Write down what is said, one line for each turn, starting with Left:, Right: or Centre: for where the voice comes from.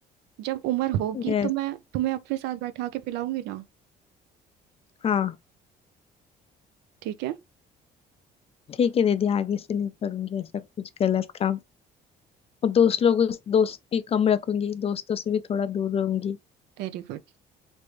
Right: जब उम्र होगी
Left: यस
Right: तो मैं तुम्हें अपने साथ बैठा के पिलाऊंगी ना
Left: हाँ
Right: ठीक है
Left: ठीक है दीदी आगे से नहीं करूंगी ऐसा कुछ गलत काम और दोस्त लोगों दोस्त भी कम रखूंगी दोस्तों से भी थोड़ा दूर रहूंगी
Right: Very good